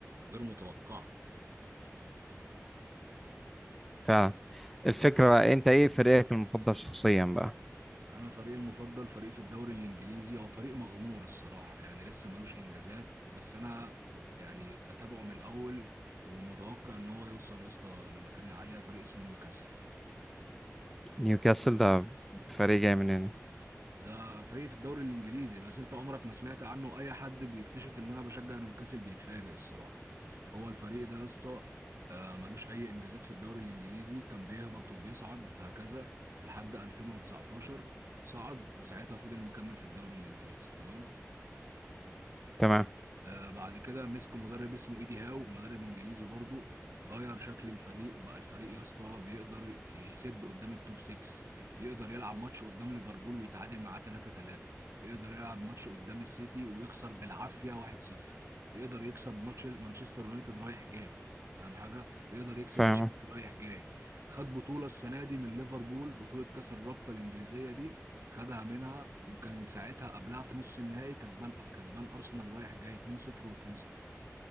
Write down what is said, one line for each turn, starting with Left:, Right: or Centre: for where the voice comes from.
Right: غير متوقعه
Centre: فعلا الفكره بقى انت ايه فريقك المفضل شخصيا بقى
Right: انا فريقي المفضل فريق في الدوري الانجليزي هو فريق مغمور الصراحه يعني لسه ملوش انجازات بس انا ب- يعني بتابعه من الاول ومتوقع ان هو يوصل يا اسطى لمكانه عاليه فريق اسمه نيوكاسل
Centre: نيوكاسل ده فريق جاي من هنا
Right: ده فريق في الدوري الانجليزي بس انت عمرك ما سمعت عنه اي حد بيكتشف ان انا بشجع نيوكاسل بيتفاجئ الصراحه هو الفريق ده يا اسطى آه، ملوش اي انجازات في الدوري الانجليزي كان بيهبط وبيصعد هكذا لحد 2019 صعد وساعتها فضل مكمل في الدوري الانجليزي تمام
Centre: تمام
Right: آه، بعد كده مسكوا مدرب اسمه ايدي هاو مدرب انجليزي برضه غير شكل الفريق وبقى الفريق يا اسطى بيقدر يسد قدام التوب 6 يقدر يلعب ماتش قدام ليفربول ويتعادل معاه 3 3 يقدر يلعب ماتش قدام السيتي ويخسر بالعافيه 1 0 يقدر يكسب ماتش مانشستر يونايتد رايح جاي فاهم حاجه يقدر يكسب
Centre: فاهم
Right: تشيلسي رايح جاي خد بطوله السنه دي من ليفربول بطوله كاس الرابطه الانجليزيه دي خدها منها وكان ساعتها قبلها في نص النهائي كسبان كسبان ارسنال رايح جاي 2-0 و2-0